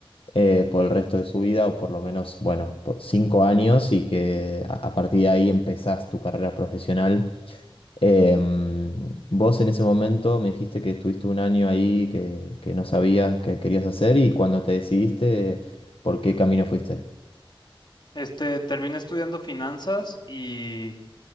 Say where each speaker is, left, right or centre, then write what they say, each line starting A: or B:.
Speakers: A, on the left (about 70°); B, on the left (about 50°).
A: eh, por el resto de su vida, o por lo menos, bueno, por cinco años, y que a, a partir de ahí empezás tu carrera profesional. Em, vos en ese momento me dijiste que tuviste un año ahí que, que no sabías qué querías hacer y cuando te decidiste, ¿por qué camino fuiste?
B: Este, terminé estudiando finanzas y